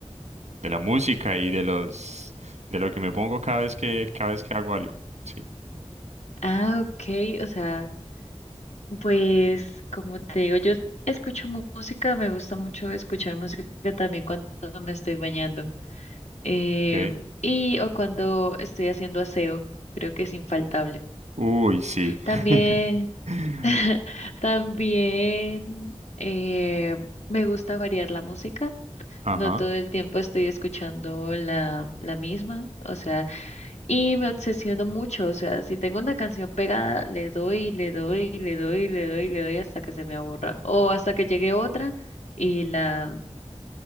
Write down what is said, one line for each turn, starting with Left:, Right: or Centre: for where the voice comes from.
Right: de la música y de los, de lo que me pongo cada vez que, cada vez que hago algo. Sí.
Left: Ah, ok, o sea, pues como te digo, yo escucho mu- música, me gusta mucho escuchar música también cuando me estoy bañando, eh,
Right: Okay.
Left: y o cuando estoy haciendo aseo, creo que es infaltable.
Right: Uy, sí.
Left: También,
Right: <laughs>
Left: <laughs> también eh, me gusta variar la música.
Right: Ajá.
Left: No todo el tiempo estoy escuchando la, la misma, o sea, y me obsesiono mucho, o sea, si tengo una canción pegada, le doy, le doy, le doy, le doy, le doy hasta que se me aburra, o hasta que llegue otra y la,